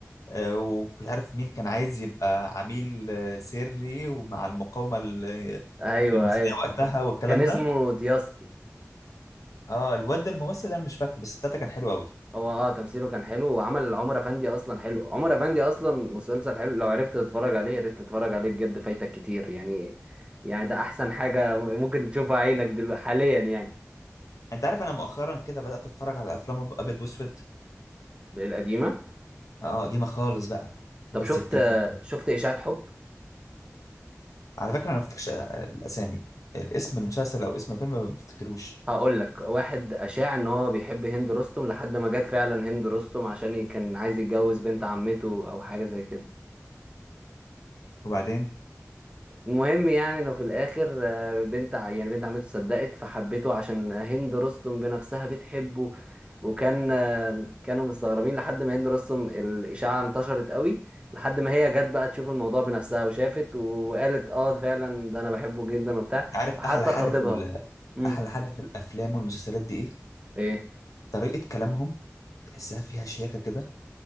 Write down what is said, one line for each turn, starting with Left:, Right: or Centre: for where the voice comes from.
Left: آه، ومش عارف مين كان عايز يبقى عميل آه، سري ومع المقاومة ال- آه،
Right: أيوه
Left: المصرية
Right: أيوه
Left: وقتها والكلام
Right: كان اسمه
Left: ده
Right: دياستي
Left: اه الواد ده الممثل ده انا مش فاكره بس بتاعته كان حلو قوي
Right: هو اه تمثيله كان حلو وعمل عمر افندي اصلا حلو عمر افندي اصلا مسلسل حلو لو عرفت تتفرج عليه يا ريت تتفرج عليه بجد فايتك كتير يعني يعني ده احسن حاجة ممكن تشوفها عينك دلوقتي حاليا يعني
Left: انت عارف انا مؤخرا كده بدأت اتفرج على افلام ابيض واسود
Right: ده القديمة
Left: اه قديمة خالص بقى اللي
Right: طب
Left: هو الستينات
Right: شفت شفت اشاعة حب
Left: على فكرة انا ما بفتكرش آه، الاسامي الاسم المسلسل او اسم الفيلم ما بفتكروش
Right: هقول لك واحد اشاع ان هو بيحب هند رستم لحد ما جت فعلا هند رستم عشان ي- كان عايز يتجوز بنت عمته او حاجة زي كده
Left: وبعدين
Right: المهم يعني انه في الاخر آه، بنت ع- يعني بنت عمته صدقت فحبته عشان هند رستم بنفسها بتحبه وكان آه، كانوا مستغربين لحد ما هند رستم الاشاعه انتشرت قوي لحد ما هي جت بقى تشوف الموضوع بنفسها وشافت وقالت اه فعلا ده انا بحبه جدا وبتاع
Left: انت عارف
Right: وحتى
Left: احلى حاجه
Right: خطيبها
Left: في ال-
Right: امم
Left: احلى حاجه في الافلام والمسلسلات دي ايه
Right: ايه
Left: طريقه كلامهم تحسها فيها شياكه كده